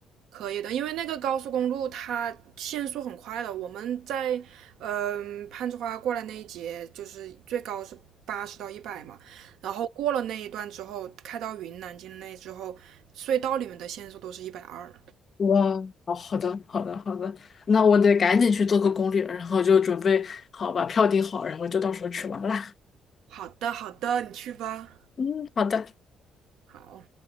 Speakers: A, on the right; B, on the left.
A: 可以的，因为那个高速公路它限速很快的。我们在嗯、呃攀枝花过来那一节，就是最高是八十到一百嘛。然后过了那一段之后，开到云南境内之后，隧道里面的限速都是一百二。
B: 哇，好好的，好的，好的，那我得赶紧去做个攻略，然后就准备好把票订好，然后就到时候去玩啦。
A: 好的，好的，你去吧。
B: 嗯，好的。
A: 好，